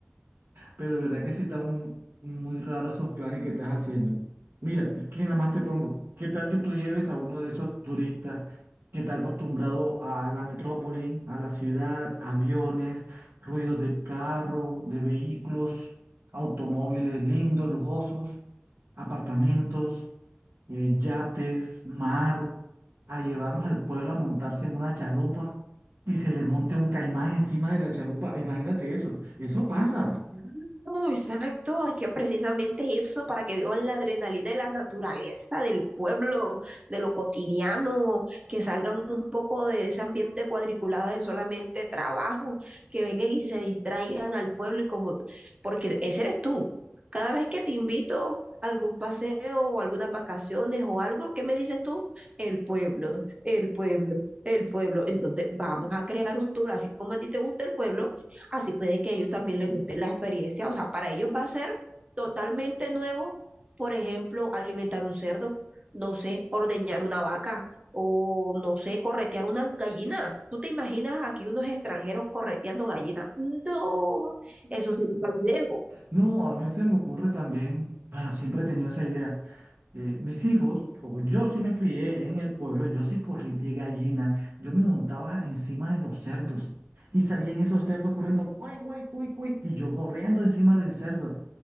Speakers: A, on the right; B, on the right.
A: pero de verdad que sí está un- muy raro esos planes que estás haciendo. Mira, es que nada más te pongo, ¿qué tal que tú lleves a uno de esos turistas que está acostumbrado a la metrópoli, a la ciudad, aviones, ruidos de carro, de vehículos, automóviles lindos, lujosos, apartamentos, eh, yates, mar, a llevarnos al pueblo a montarse en una chalupa? Y se le monte un caimán encima de la chalupa. Imagínate eso. Eso pasa.
B: Exacto, exacto, es que precisamente es eso, para que vivan la adrenalina de la naturaleza, del pueblo, de lo cotidiano, que salgan un poco de ese ambiente cuadriculado de solamente trabajo, que vengan y se distraigan al pueblo y como, porque ese eres tú. Cada vez que te invito a algún paseo o algunas vacaciones o algo, ¿qué me dices tú? El pueblo, el pueblo, el pueblo. Entonces, vamos a crear un tour, así como a ti te gusta el pueblo Así puede que a ellos también les guste la experiencia. O sea, para ellos va a ser totalmente nuevo, por ejemplo, alimentar un cerdo, no sé, ordeñar una vaca o no sé, corretear una gallina. ¿Tú te imaginas aquí unos extranjeros correteando gallinas? No, eso sí no es un video.
A: No, a mí se me ocurre también, bueno, siempre he tenido esa idea. Eh, mis hijos, como yo sí me crié en el pueblo, yo sí corrí de gallina, yo me montaba encima de los cerdos y salían esos cerdos corriendo, cuy, cuy, cuy, cuy, y yo corriendo encima del cerdo.